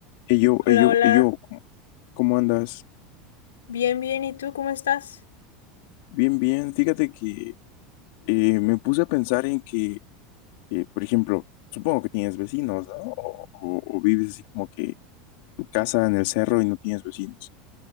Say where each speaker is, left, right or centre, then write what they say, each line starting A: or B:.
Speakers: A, on the left; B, on the left.
A: Y yo,
B: Hola,
A: y yo,
B: hola.
A: y yo, ¿cómo cómo andas?
B: Bien, bien. ¿Y tú cómo estás?
A: Bien, bien. Fíjate que eh, me puse a pensar en que, eh, por ejemplo, supongo que tienes vecinos, ¿no? O, o- o vives así como que tu casa en el cerro y no tienes vecinos,